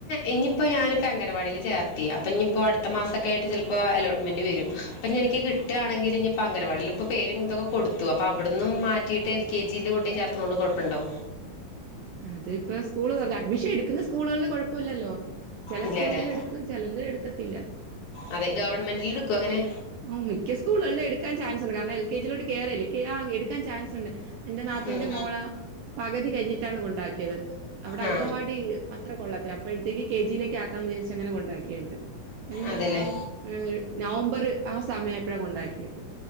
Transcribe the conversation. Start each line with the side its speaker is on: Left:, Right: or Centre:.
Left: ഇഞ്ഞിപ്പോ ഞാനിപ്പ അംഗനവാടിൽ ചേർത്തി അപ്പഞ്ഞിപ്പോ അടുത്ത മാസക്കെയിട്ട് ചെൽപ്പോ അലോട്ട്മെൻറ് വരും അപ്പഞ്ഞി എനിക്ക് കി ട്ടാണെങ്കിൽ ഇഞ്ഞിപ്പ അംഗനവാടിൽ ഇപ്പ പേരുംതൊക്കെ കൊടുത്തു അപ്പ അവിടന്നും മാറ്റിട്ട് എൽ കെ ജിൽ കൊണ്ടെയ് ചേർത്തനൊണ്ട് കൊഴപ്പിണ്ടോ
Right: അത് ഇപ്പോ സ്കൂള് തഞ്ഞ അഡ്മിഷൻ എടുക്കുന്ന സ്കൂളുകളിൽ കൊഴപ്പല്ലല്ലോ ചെല
Left: ഇല്ല
Right: സ്കൂളെല്ലാം
Left: അല്ലേ
Right: എടുക്കും ചെലതില് എടുക്കത്തില്ല
Left: അതെ ഗവൺമെന്റിൽ എടുക്കോ അങ്ങനെ
Right: ഉം മിക്ക സ്കൂളുകളിൽ എടുക്കാൻ ചാൻസ് ഉണ്ട് കാരണം എൽ കെ ജിലോട്ട് കേറല്ലേ കെ ആ എടുക്കാൻ ചാൻസ് ഉണ്ട് എന്റെ നാത്തുവിന്റെ
Left: ഉം.
Right: മോള പകുതി കഴിഞ്ഞിട്ടാണ് കൊണ്ടാക്കിയത് അവിടെ
Left: ആ
Right: അംഗൻവാടി അത്ര കൊള്ളത്തില്ല അപ്പോഴത്തേക്ക് കെ ജിലേക്ക് ആക്കാന്ന് വിചരിച്ച് അങ്ങനെ കൊണ്ടാക്കിയാര്ന്നു ഒരു
Left: അതെല്ലേ
Right: ന നവംബർ ആ സമയം എപ്പഴാ കൊണ്ടാക്കിയത്